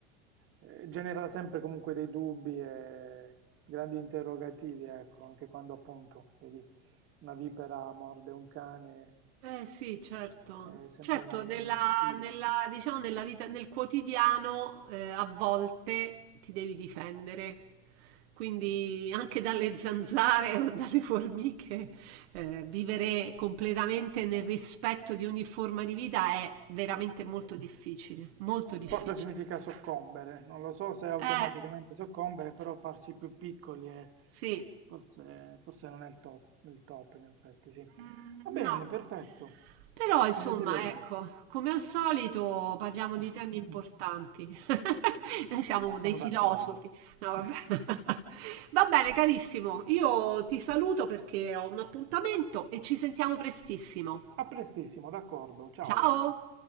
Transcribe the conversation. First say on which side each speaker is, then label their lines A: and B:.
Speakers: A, on the right (about 40°); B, on the right (about 70°).
A: e genera sempre comunque dei dubbi e grandi interrogativi, ecco, anche quando appunto, vedi una vipera morde un cane,
B: Eh sì, certo.
A: è sempre
B: Certo,
A: una bella
B: nella,
A: sfida.
B: nella, diciamo, nella vita, nel quotidiano, eh, a volte ti devi difendere. Quindi anche dalle zanzare o dalle formiche, eh, vivere completamente nel rispetto di ogni forma di vita è veramente molto difficile, molto difficile.
A: Forse significa soccombere, non lo so se automaticamente
B: Eh,
A: soccombere, però farsi più piccoli è-
B: sì,
A: forse, forse non è il top, il top, in effetti, sì.
B: Mm,
A: Va bene,
B: no.
A: perfetto.
B: Però, insomma,
A: Maria Teresa,
B: ecco, come al solito parliamo
A: <laughs>
B: di temi importanti. <laughs> Noi siamo
A: sono
B: dei filosofi.
A: d'accordo.
B: No, vabbè.
A: <laughs>
B: <laughs> Va bene, carissimo. Io ti saluto perché ho un appuntamento e ci sentiamo prestissimo.
A: A prestissimo, d'accordo, ciao.
B: Ciao!